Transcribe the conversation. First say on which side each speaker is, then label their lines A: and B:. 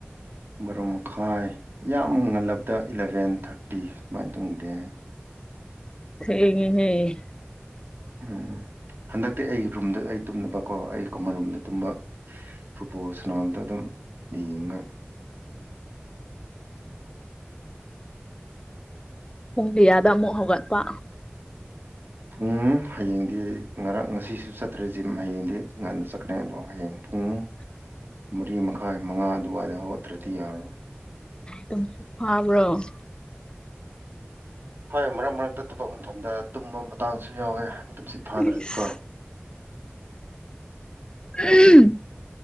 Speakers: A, on the right; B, on the left.
A: ꯕꯥꯔꯣ ꯃꯈꯥꯏ ꯌꯥꯝ ꯉꯜꯂꯕꯗ ꯏꯂꯕꯦꯟ ꯊꯥꯔꯇꯤ ꯁꯨꯃꯥꯏꯟ ꯇꯨꯝꯗꯦ
B: ꯊꯦꯡꯉ‌ꯦ ꯍꯦ
A: ꯎꯝ ꯍꯟꯗꯛꯇꯤ ꯑꯩ ꯔꯨꯝꯗ ꯑꯩ ꯇꯨꯝꯃꯦꯕꯀꯣ ꯑꯩ ꯀꯨꯝꯃꯟ ꯔꯨꯝꯗ ꯇꯨꯝꯕ ꯐꯨꯠꯕꯣꯜ ꯁꯟꯅꯕꯗ‌ꯣ ꯑꯗꯨꯝ ꯌꯦꯡꯉꯒ
B: ꯄꯨꯡ ꯀꯌꯥꯗ ꯑꯃꯨꯛ ꯍꯧꯒꯠꯄ
A: ꯄꯨꯡ ꯍꯌꯦꯡꯗꯤ ꯉꯔꯥꯡ ꯉꯁꯤꯁꯨ ꯆꯠꯇ꯭ꯔꯦ ꯖꯤꯝ ꯍꯌꯦꯡꯗꯤ ꯉꯟꯅ ꯆꯠꯀꯅꯤ ꯑꯗꯣ ꯍꯌꯦꯡ ꯄꯨꯡ ꯃꯔꯤ ꯃꯈꯥꯏ ꯃꯉꯥ ꯑꯗꯨꯋꯥꯏꯗ ꯍꯧꯒꯠꯇ꯭ꯔꯗꯤ ꯌꯥꯔꯔꯣꯏ
B: ꯇꯨꯝꯁꯤꯠ ꯐꯥꯕ꯭ꯔꯣ <unintelligible>
A: ꯍꯣꯏ ꯃꯔꯛ ꯃꯔꯛꯇ ꯊꯕꯛ ꯃꯐꯝꯗ ꯇꯨꯝꯕ ꯃꯇꯥꯡꯁꯨ ꯌꯥꯎꯋꯦ ꯇꯨꯝꯁꯤꯠ ꯐꯥꯗ꯭ꯔꯗꯤꯀꯣ
B: ꯏꯁ ꯎꯝ